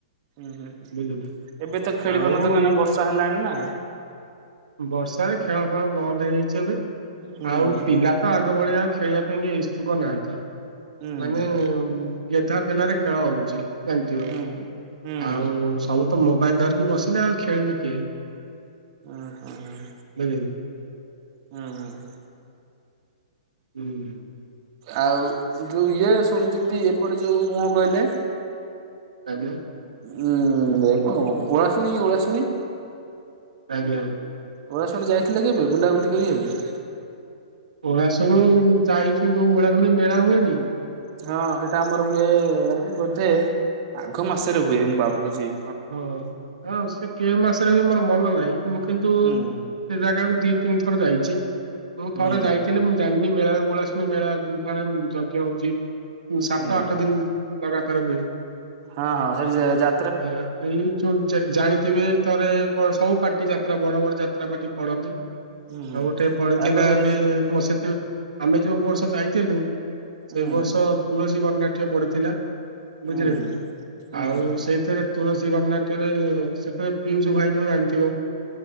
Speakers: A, on the right; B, on the right.
A: ହୁଁ ହୁଁ ହୁଁ
B: ବୁଝିଲେ।
A: ଏବେ ତ ଖେଳି
B: ଆଉ
A: ପାରୁନଥିବ କାହିଁକି
B: ଏଇ
A: ନା ବର୍ଷା ହେଲାଣି ନା
B: ବର୍ଷାରେ ଖେଳ ଫେଳ ବନ୍ଦ ହେଇଯାଇଚି ଏବେ
A: ହୁଁ
B: ଆଉ ପିଲା ତ ଆଗ ଭଳିଆ ଆଉ ଖେଳିବା ପାଇଁ ଇଶ୍ଚୁକ ନାହାନ୍ତି
A: ହୁଁ
B: ମାନେ ଗେଧା ପେଲାରେ ଖେଳ ହଉଚି ଯାଣିଥିବ।
A: ହୁଁ ହୁଁ ହୁଁ
B: ଆଉ ସବୁ ତ ମୋବାଇଲ ଧରିକି ବସିଲେ। ଆଉ ଖେଳିବ କିଏ?
A: ଉଁ ହୁଁ।
B: ଦେବିନି।
A: ହୁଁ ହୁଁ।
B: ହୁଁ।
A: ଆଉ ଯୋଉ ଇଏ ଶୁଣିଛନ୍ତି ଏପଟେ ଯୋଉ କଣ କହିଲେ
B: <unintelligible>
A: ଉୁଁ ଦେ ଉଆ ଓଳାଶୁଣୀ ଓଳାଶୁଣୀ।
B: ଆଜ୍ଞା।।
A: ଓଳାଶୁଣି ଯାଇଥିଲେ କି ଏବେ ବୁଲାବୁଲି କରିବାକୁ?
B: ଓଳାଶୁଣୀ ଯାଇଥିବୁ ଓଳାଶୁଣି ମେଳା ହୁଏନି?
A: ହଁ ସେଟା ଆମର ହୁଏ ବୋଧେ ଆଘ ମାସରେ ହୁଏ ମୁଁ ଭାବୁଚି।
B: ହଁ ହଁ ହଁ ସେ କେଉଁ ମାସରେ ହୁଏ ମୋର ମନ ନାହିଁ ମୁଁ କିନ୍ତୁ
A: ହୁଁ
B: ସେ ଜାଗାକୁ ଦି ତିନି ଥର ଯାଇଛି। ମୁଁ
A: ହୁଁ
B: ଥରେ ଯାଇଥି ମୁଁ ଜାଣିନି ମେଳା ଓଳାଶୁଣି ମେଳା ଗୁମ୍ଫା ଯଜ୍ଞ ହଉଛି। ସାତ
A: ହୁଁ
B: ଆଠ ଦିନ ଲଗାତାର ହୁଏ।
A: ହଁ ହଁ ସେଠି ସ ଯା
B: ଏ ଏଇ ଚୋଉ ଜାଣିଥିବେ ଥରେ ପ ସବୁ ପାର୍ଟି ଯାତ୍ରା ବଡ ବଡ ଯାତ୍ରା ପାର୍ଟି ପଡନ୍ତି।
A: ହୁଁ
B: ଆଉ ଗୋଟେ ପଡିଥିଲା
A: ତାପରେ
B: ଏବେ ମ ସେତୁ ଆମେ ଯୋଉ ବର୍ଷ ଯାଇଥିଲୁ।
A: ହୁଁ
B: ସେଇ ବର୍ଷ ତୁଳସୀ ଗଣନାଟ୍ୟ ପଡିଥିଲା
A: ହୁଁ
B: ବୁଝିଲେ କି?
A: ହୁଁ
B: ଆଉ ସେଇଥିରେ ତୁଳସୀ ଗଣନାଟ୍ୟରେ ସେତେ ପିଉସ୍ ଭାଇ ଯୋଉ ଜାଣିଥିବ?